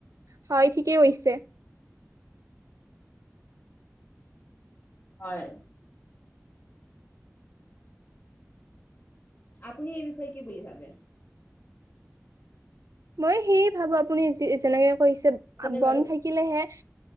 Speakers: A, on the right; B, on the left.
A: হয় ঠিকেই হৈছে।
B: হয়, আপুনি এই বিষয়ে কি বুলি ভাবে?
A: মই সেয়ে ভাবো আপুনি যি যেনেকে, হৈছে
B: শুনিছেনে
A: বন
B: বাৰু?
A: থাকিলেহে,